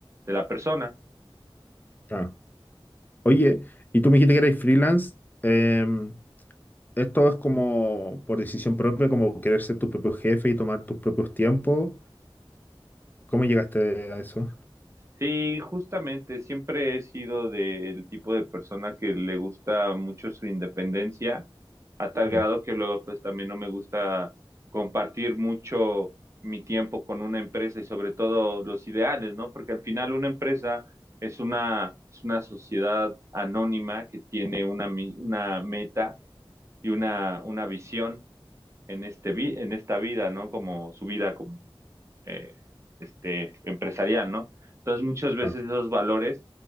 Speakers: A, on the right (about 30°); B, on the left (about 20°).
A: de la persona.
B: ah. Oye, y tú me dijiste que eres freelance. em, ¿esto es como por decisión propia, como querer ser tu propio jefe y tomar tus propios tiempos? ¿Cómo llegaste a eso?
A: Sí, justamente, siempre he sido del tipo de persona que le gusta mucho su independencia, a tal
B: Mm,
A: grado que luego pues también no me gusta compartir mucho mi tiempo con una empresa y sobre todo los ideales, ¿no? Porque al final una empresa es una, es una sociedad anónima que tiene una, mi- una meta y una, una visión en este vi- en esta vida, ¿no? Como su vida como eh, este empresarial, ¿no? Entonces muchas veces
B: ah,
A: esos valores